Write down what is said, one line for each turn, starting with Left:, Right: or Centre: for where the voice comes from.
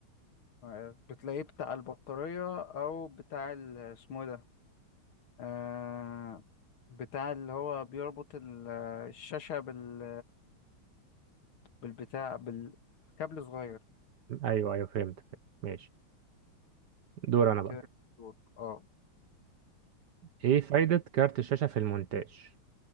Left: آه، بتلاقيه بتاع البطارية أو بتاع ال- اسمه إيه ده آه بتاع اللي هو بيربط ال- الشاشة بال... بالبتاع بالكابل صغير
Right: ايوه ايوه فهمت فهمت. ماشي دور انا بقى
Left: كده اه
Right: ايه فايده كارت الشاشه في المونتاج